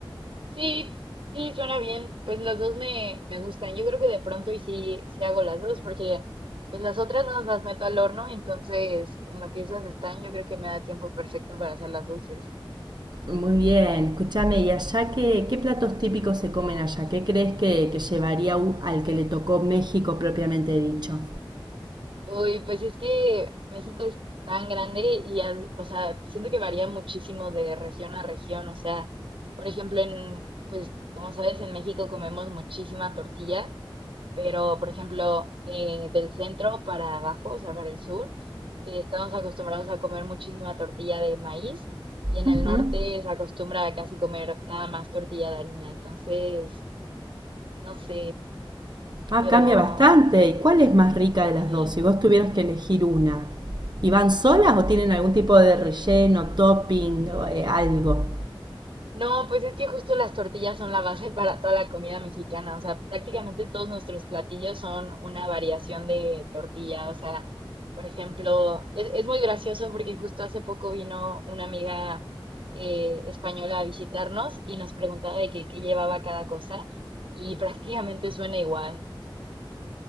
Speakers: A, on the right; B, on the right.
A: Sí, sí, suena bien. Pues las dos me, me gustan. Yo creo que de pronto y sí, sí hago las dos, porque pues las otras no las meto al horno, entonces en lo que esas están, yo creo que me da tiempo perfecto para hacer las dulces.
B: Muy bien, escúchame, ¿y allá qué, qué platos típicos se comen allá? ¿Qué crees que, que llevaría u- al que le tocó México propiamente dicho?
A: Uy, pues es que México es tan grande y, as- o sea, siento que varía muchísimo de región a región. O sea, por ejemplo, en, pues como sabes, en México comemos muchísima tortilla. Pero, por ejemplo, eh, del centro para abajo, o sea, para el sur, eh, estamos acostumbrados a comer muchísima tortilla de maíz y en
B: ¿Mm?
A: el norte se acostumbra a casi comer nada más tortilla de harina. Entonces, no sé,
B: Ah,
A: pero
B: cambia bastante. ¿Y cuál es más rica
A: sí.
B: de las dos? Si vos tuvieras que elegir una. ¿Y van solas o tienen algún tipo de relleno, topping o eh, algo?
A: No, pues es que justo las tortillas son la base para toda la comida mexicana, o sea, prácticamente todos nuestros platillos son una variación de tortilla, o sea, por ejemplo, es, es muy gracioso porque justo hace poco vino una amiga eh, española a visitarnos y nos preguntaba de qué qué llevaba cada cosa y <laughs> prácticamente suena igual,